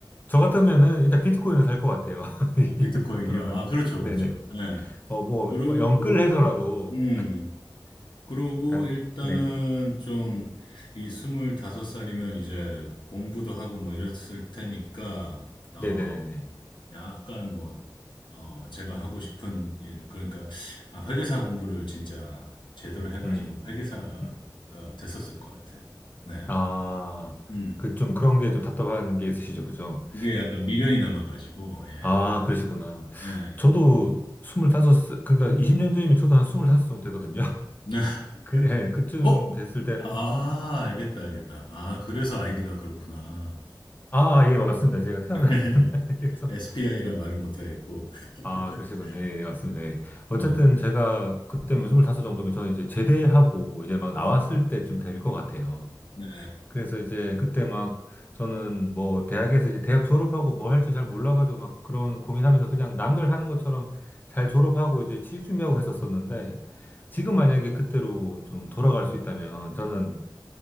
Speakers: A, on the left; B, on the left.
A: 저 같으면은 일단 비트코인을 살 것 같아요. <laughs> 20년
B: 비트코인이요.
A: 전으로 돌아가면.
B: 아, 그렇죠,
A: 네네.
B: 그렇죠. 예.
A: 어, 뭐,
B: 그러고,
A: 뭐 영끌해서라도,
B: 음, 그러고
A: 다-
B: 일단은
A: 네.
B: 좀 이 스물다섯 살이면 이제 공부도 하고 뭐 이랬을 테니까, 어,
A: 네네네네.
B: 약간 뭐, 어, 제가 하고 싶은 일, 그러니까, 아, 회계사 공부를 진짜 제대로 해가지고
A: 음,
B: 회계사가
A: 음.
B: 됐었을 것 같아. 네.
A: 아,
B: 음.
A: 그 좀 그런 게 좀 답답한 게 있으시죠, 그죠?
B: 그게 약간 미련이 남아가지고, 예.
A: 아, 그러시구나.
B: 예.
A: 저도 25, 그러니까 20년 전이면 저도 한 25살 정도 되거든요. <laughs>
B: 네.
A: 그,
B: <laughs>
A: 예, 그쯤
B: 어?
A: 됐을 때는,
B: 아, 알겠다, 알겠다. 아, 그래서 아이디가 그렇구나.
A: 아, 예, 맞습니다. 제가 태어난
B: <laughs>
A: 서
B: SPI라
A: <laughs>
B: 말을 못하겠고. <laughs>
A: 아, 그러시군요. 예, 예, 맞습니다. 예. 어쨌든
B: 네,
A: 제가 그때면 25 정도면 저는 이제 제대하고 이제 막 나왔을 때쯤 될 것 같아요.
B: 네.
A: 그래서 이제 그때 막 저는 뭐 대학에서 이제 대학 졸업하고 뭐 할지 잘 몰라가지고 막 그런 고민하면서 그냥 남들 하는 것처럼 잘 졸업하고 이제 취직 준비하고 했었었는데 지금 만약에 그때로 좀 돌아갈 수 있다면 저는